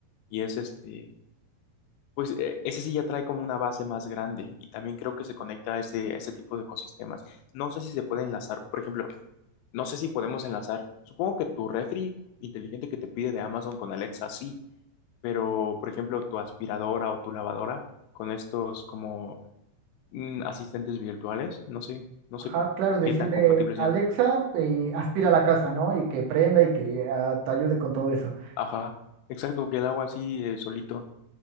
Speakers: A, on the left (about 80°); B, on the right (about 80°).
A: y es este, pues eh, ese sí ya trae como una base más grande y también creo que se conecta a ese, a ese tipo de ecosistemas. No sé si se puede enlazar, por ejemplo, no sé si podemos enlazar, supongo que tu refri inteligente que te pide de Amazon con Alexa, sí, pero por ejemplo tu aspiradora o tu lavadora con estos como mm, asistentes virtuales, no sé, no
B: Ajá,
A: sé
B: claro, decirle,
A: qué tan compatibles
B: Alexa,
A: sean.
B: eh, aspira a la casa, ¿no? Y que prenda y que ah, te ayude con todo eso.
A: Ajá, exacto, que el agua así eh, solito,